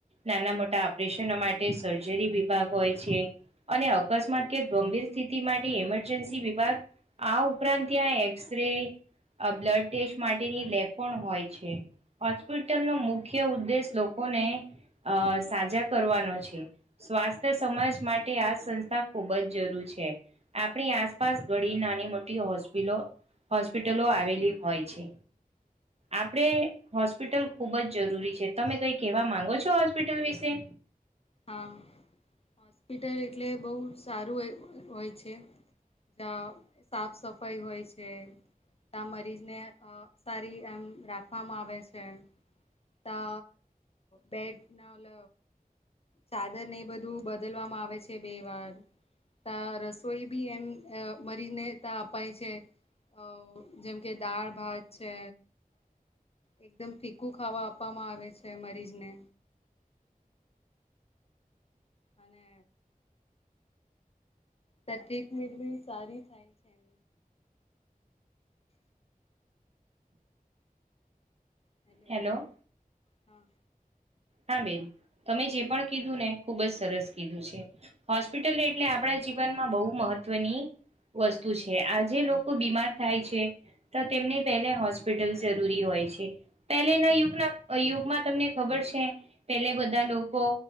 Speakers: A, on the right; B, on the left.
A: નાના મોટા ઓપરેશનો માટે સર્જરી વિભાગ હોય છે અને અકસ્માત કે ગંભીર સ્થિતિ માટે ઇમરજન્સી વિભાગ આ ઉપરાંત ત્યાં એક્સ રે અ બ્લડ ટેસ્ટ માટેની લેબ પણ હોય છે હોસ્પિટલનો મુ મુખ્ય ઉદ્દેશ લોકોને અ સાજા કરવાનો છે સ્વાસ્થ્ય સમાજ માટે આ સંસ્થા ખૂબ જ જરૂર છે આપણી આસપાસ ઘડી નાની મોટી હોસ્પિટલો હોસ્પિટલો આવેલી હોય છે આપણે હોસ્પિટલ ખુબ જ જરૂરી છે તમે કઈ કેહેવા માંગો છો હોસ્પિટલ વિશે
B: હા હોસ્પિટલ એટલે બહુ સારું હોય છે જ સાફ સફાઈ હોય છે ત્યા મરીજને સારી એમ રાખવામાં આવે છે ત અ બેટ ના ઓલ ચાદર ને એ બધું બદલવામાં આવે છે બે વાર ત રસોઈ બી એમ અ મરીજને ત અપાય છે અ જેમ કે દાળ ભાત છે એકદમ ફીકું ખાવા આપવામાં આવે છે મરીજને અને ત્યા ટ્રીટમેન્ટ બી સારી થાય છે એમ હેલો
A: હેલોવ
B: હા
A: હા બેન તમે જે પણ કીધું ને ખુબ જ સરસ કીધું છે હોસ્પિટલ એટલે આપડે જીવનમાં બહુ મહત્વની વસ્તુ છે આજે લોકો બીમાર થાય છે. તો તેમને પહેલે હોસ્પિટલ જરૂરી હોય છે પહેલે ના યુગના યુગમાં તમને ખબર છે પેલે બધા લોકો